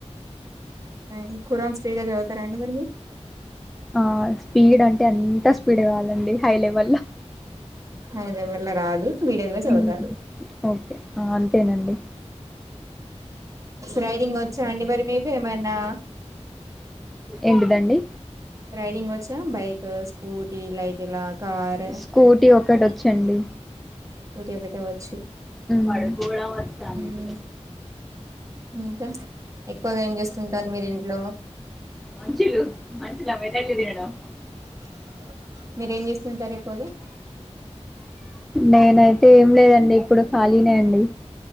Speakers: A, on the right; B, in the centre.
A: అ ఖురాన్ స్పీగాది చవుతారా అండి మరి మీరు
B: ఆ స్పీడ్ అంటే ఎంత స్పీడ్ కాదండి హై లెవెల్ లో
A: అదవల రా మీడియ చదుతారు
B: ఉమ్ ఓకే ఆ అంతేనండి
A: ర్రైడింగ్ వచ్చా అండి మీద ఏమనా
B: ఏంటిదండి
A: రైడింగ్ వచ్చా బైక్ స్కూటీ లైకిలా కార్
B: స్కూటీ ఒకటి వచ్చండి
A: స్కూటీ ఒకరే వచ్చు
B: మడ గోళ వ చాలుంది
A: హ్మ్ ఇంకా ఎక్కువగా ఏం చేస్తుంటారు, మీరు ఇంట్లో
B: మంచిలు మంచించిలు మదంటది నడం
A: <unintelligible> చేస్తుంటారు ఎక్కువగా
B: నేనైతే ఏం లేదండి, ఇప్పుడు ఖాళీనే అండి